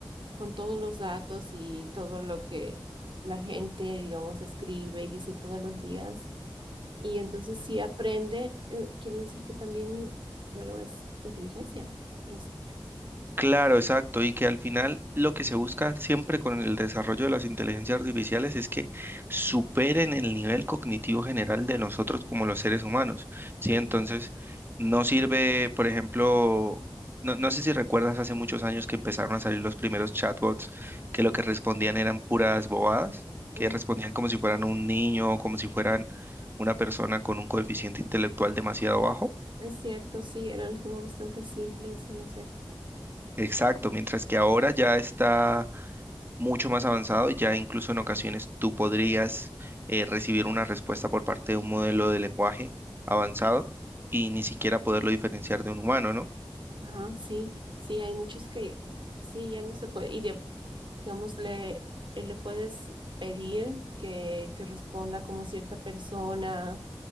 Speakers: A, on the right; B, on the right.
A: con todos los datos y todo lo que la gente, digamos, escribe y dice todos los días. Y entonces si aprende, eh, quiere decir que también, bueno, es inteligencia. No sé.
B: Claro, exacto, y que al final lo que se busca siempre con el desarrollo de las inteligencias artificiales es que superen el nivel cognitivo general de nosotros como los seres humanos, ¿sí?
A: <laughs>
B: Entonces, no sirve,
A: Mm,
B: por ejemplo, no, no sé si recuerdas hace muchos años que empezaron a salir los primeros chatbots que lo que respondían eran puras bobadas,
A: mm,
B: que respondían como si fueran un niño, como si fueran una persona con un coeficiente intelectual demasiado bajo.
A: Es cierto, sí, eran como bastante simples, no sé.
B: Exacto, mientras que ahora ya está mucho más avanzado, ya incluso en ocasiones tú podrías eh, recibir una respuesta por parte de un modelo de lenguaje avanzado y ni siquiera poderlo diferenciar de un humano, ¿no?
A: Ajá, sí, sí, hay muchos que sí, ya no se puede. Y de- digamos, le, eh, le puedes pedir que, que responda como cierta persona,